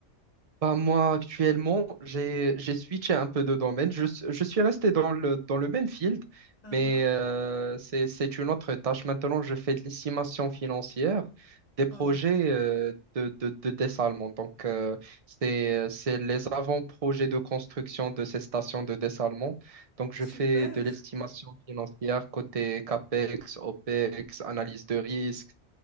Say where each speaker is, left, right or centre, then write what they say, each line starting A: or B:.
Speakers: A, on the right; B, on the left.
A: Bah, moi, actuellement, j'ai j'ai switché un peu de domaine. Je, s- je suis resté dans le, dans le même field,
B: Uh-huh.
A: mais euh, c'est, c'est une autre tâche. Maintenant, je fais de l'estimation financière des projets
B: Oh,
A: euh, de, de, de dessalement. Donc, euh, c'est, c'est les avant-projets de construction de ces stations de dessalement. Donc, je
B: super.
A: fais de l'estimation financière côté CAPEX, OPEX, analyse de risque.